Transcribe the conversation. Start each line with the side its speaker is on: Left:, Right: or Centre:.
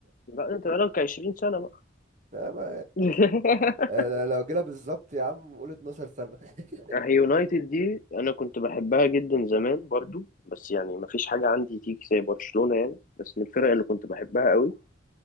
Left: لا انت بقالك 20 سنة بقى
Right: <laughs> لا ما
Left: <laughs>
Right: أنا لو جينا بالظبط يا عم قول 12 سنة <laughs>
Left: هي يونايتد دي انا كنت بحبها جدا زمان برضو بس يعني ما فيش حاجة عندي تيجي زي برشلونة يعني بس من الفرق اللي كنت بحبها قوي